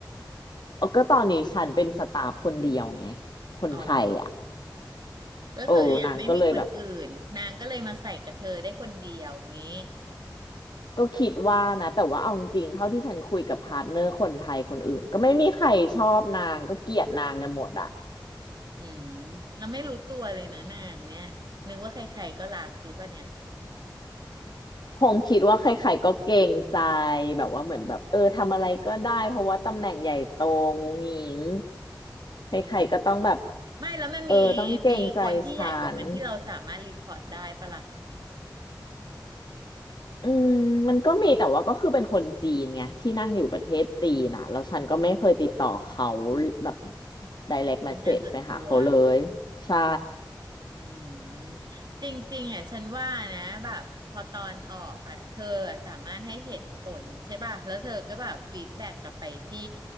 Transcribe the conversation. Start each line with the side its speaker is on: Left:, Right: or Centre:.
Left: เออ ก็ตอนนี้ฉันเป็นสตาฟคนเดียวไงคนไทยอ่ะ
Right: อ๋อก็คือยังไม่มีคนอื่นนางก็เลยมาใส่กับเธอได้คนเดียวงี้
Left: โอ้นางก็เลยแบบก็คิดว่านะแต่ว่าเอาจริงๆเท่าที่ฉันคุยกับพาร์ทเนอร์คนไทยคนอื่นก็ไม่มีใครชอบนางก็เกลียดนางกันหมดอ่ะ
Right: อืมเราไม่รู้ตัวเลยเนอะนางเนี้ยนึกว่าใครๆก็รักหรือเปล่าเนี่ย
Left: คงคิดว่าใครๆก็เกรงใจแบบว่าเหมือนแบบเออทำอะไรก็ได้เพราะว่าตำแหน่งใหญ่โตงูงิงใครๆก็ต้องแบบ
Right: อืมไม่แล้วมันมี
Left: เออต้องเกรงใจฉัน
Right: มีคนที่ใหญ่กว่ามันที่เราสามารถรีพอร์ตได้ปะล่ะ
Left: อืมมันก็มีแต่ว่าก็คือเป็นคนจีนไงที่นั่งอยู่ประเทศจีนอ่ะแล้วฉันก็ไม่เคยติดต่อเขาแบบ direct
Right: เป็นการส่วนตัว
Left: message ไปหาเขาเลยใช่
Right: อืมจริงๆอ่ะฉันว่านะแบบพอตอนออกอ่ะเธอสามารถให้เหตุผลใช่ป่ะแล้วเธอก็แบบฟีดแบ็กกลับไปที่